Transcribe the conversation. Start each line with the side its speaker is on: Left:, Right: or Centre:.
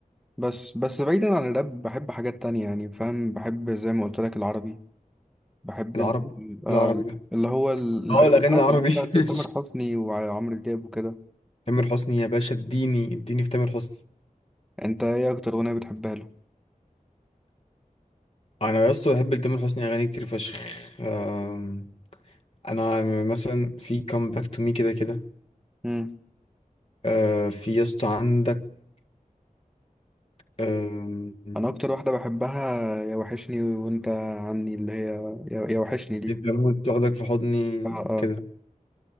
Centre: بس بس بعيدا عن الراب بحب حاجات تانية يعني فاهم بحب زي ما قلت لك العربي بحب
Left: العربي
Centre: ال... آه
Left: العربي ده
Centre: اللي هو ال- الأغاني
Left: اه الاغاني
Centre: العربي
Left: العربي
Centre: اللي هي بتاعت تامر
Left: <laughs>
Centre: حسني وعمرو دياب وكده
Left: تامر حسني يا باشا اديني اديني في تامر حسني
Centre: أنت إيه أكتر أغنية بتحبها له؟
Left: انا يا اسطى بحب تامر حسني اغاني كتير فشخ آم، انا مثلا في كام باك تو مي كده كده
Centre: مم.
Left: آه، في يا اسطى عندك آم،
Centre: أنا أكتر واحدة بحبها يا وحشني وأنت عني اللي هي يا, يا وحشني دي
Left: البنوة تاخدك في حضني
Centre: آه آه
Left: كده